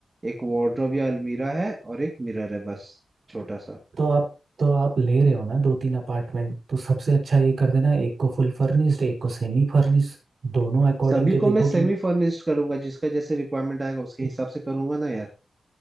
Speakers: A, on the right; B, on the right.
A: एक वार्डरोब या अलमीरा है और एक मिरर है बस छोटा सा
B: तो आप तो आप ले रहे हो ना दो तीन अपार्टमेंट तो सबसे अच्छा ये कर देना एक को फुल फर्निश्ड एक को सेमी फर्निश्ड दोनों अकॉर्डिंग
A: सभी
B: के
A: को मैं
B: देखो
A: सेमी
B: कि
A: फर्निश्ड करूंगा जिसका जैसे रिक्वायरमेंट आएगा उसके
B: हाँ
A: हिसाब से करूंगा ना यार